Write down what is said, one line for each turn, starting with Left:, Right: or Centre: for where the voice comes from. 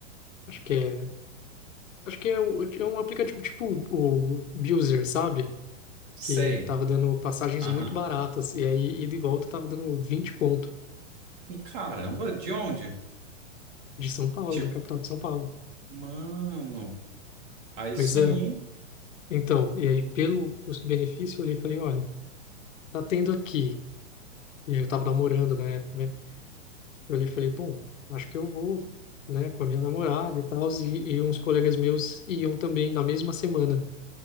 Left: acho que é Acho que é, o- é um aplicativo tipo o Buser, sabe?
Right: Sei.
Left: Que tava dando passagens
Right: Aham.
Left: muito baratas. E aí, ida e volta, tava dando 20 conto
Right: Caramba, de onde?
Left: de São Paulo,
Right: Tipo,
Left: da capital de São Paulo.
Right: mano, aí
Left: Pois
Right: sim.
Left: é. Então, e aí, pelo custo-benefício, eu olhei e falei: olha, tá tendo aqui. E aí, eu tava namorando na época, né? Eu olhei e falei: bom, acho que eu vou, né, com a minha namorada e tal. E, e uns colegas meus iam também na mesma semana.